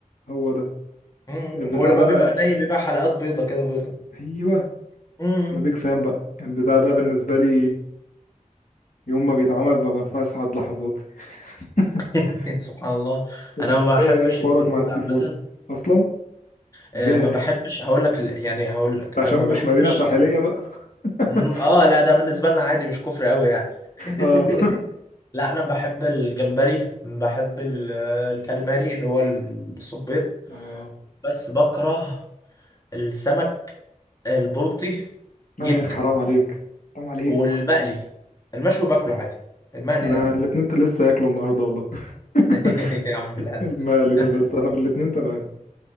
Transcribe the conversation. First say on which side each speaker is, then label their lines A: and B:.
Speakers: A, on the left; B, on the left.
A: هو ده
B: امم
A: البتاع
B: هو لما
A: ده انا
B: بيبقى ني بيبقى حلقات بيضه كده بيضه
A: ايوه
B: امم
A: انا بيك فان بقى البتاع ده بالنسبة لي يوم ما بيتعمل ببقى في اسعد لحظاتي <laughs>
B: <laughs> سبحان الله
A: انت
B: انا ما
A: ايه
B: بحبش
A: إيه حوارك
B: السي فود
A: مع السي
B: عامه
A: فود اصلا
B: آه،
A: ازاي
B: ما بحبش هقول لك ال- يعني هقول لك
A: عشان
B: انا ما
A: مش
B: بحبش
A: مدينة ساحلية بقى <laughs>
B: مم، اه لا ده بالنسبه لنا عادي مش كفر قوي يعني <laughs>
A: اه
B: لا انا بحب الجمبري بحب ال- آه، الكاليماري اللي هو السبيط
A: اه
B: بس بكره السمك البلطي
A: لا
B: جدا
A: يا اخي حرام عليك حرام عليك
B: والمقلي المشوي باكله عادي المقلي
A: انا
B: لا
A: الاتنين ت- لسه هاكله النهارده والله <laughs>
B: <laughs> يا عم بالهنا
A: المقلي ده
B: <laughs>
A: بس انا في الاتنين تمام